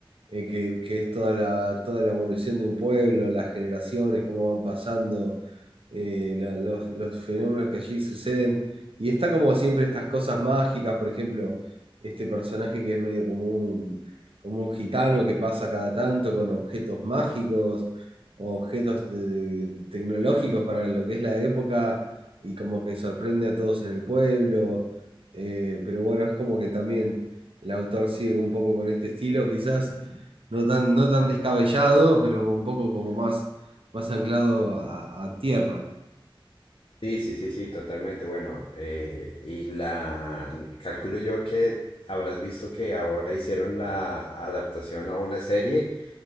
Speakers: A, on the right (about 80°); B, on the left (about 70°).
A: eh, que, que es toda la, toda la evolución de un pueblo, las generaciones, cómo van pasando eh, la- los, los fenómenos que allí suceden. Y está como siempre estas cosas mágicas, por ejemplo, este personaje que es medio como un, como un gitano que pasa cada tanto con objetos mágicos, o objetos de- de- tecnológicos para lo que es la época, y como que sorprende a todos en el pueblo. Eh, pero bueno, es como que también el autor sigue un poco con este estilo, quizás no tan, no tan descabellado, pero un poco como más, más anclado a a tierra.
B: Sí, sí, sí, sí, totalmente. Bueno, eh, y la calculo yo que habrás visto que ahora hicieron la adaptación a una serie.